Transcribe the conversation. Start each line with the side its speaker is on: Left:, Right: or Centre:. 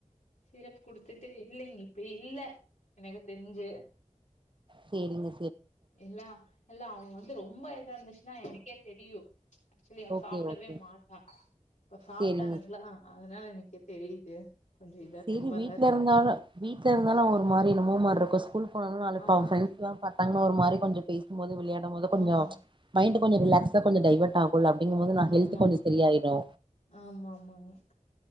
Left: சிரப் குடுத்துட்டு இல்லைங் இப்ப இல்ல எனக்கு தெரிஞ்சு
Right: செரிங்க
Left: எல்லா இல்ல அவ வந்து ரொம்ப இதா இருந்துச்சுன்னா எனக்கே தெரியு ஆக்சுவலி அவ
Right: ஓகே
Left: சாப்பிடவே
Right: ஓகே
Left: மாட்டா இப்ப சாப்பிட்டானுங்களா
Right: சேரிங்க
Left: அதனால எனக்கே தெரியுது கொஞ்சம் இதா
Right: செரி
Left: தெம்பாதான்
Right: வீட்ல
Left: இருக்கா.
Right: இருந்தாலு வீட்ல இருந்தாலு அவ ஒரு மாரி என்னமோ மார்ருககோ ஸ்கூல் போனாலு
Left: ஆமா
Right: அப்ப அவ ஃப்ரண்ட்ஸ்லா பாத் தங்கனா ஒரு மாரி கொஞ்சோ பேசும் போது விளையாடும் போது கொஞ்சோ
Left: ஆமா
Right: மைண்ட் கொஞ்சோ ரிலாக்ஸ் கொஞ்சோ டைவர்ட் ஆகுல அப்டிங்க போது நா‌ ஹெல்த்
Left: ஆமாமா
Right: கொஞ்சோ சரியாயிரு
Left: ஆமாமாங்க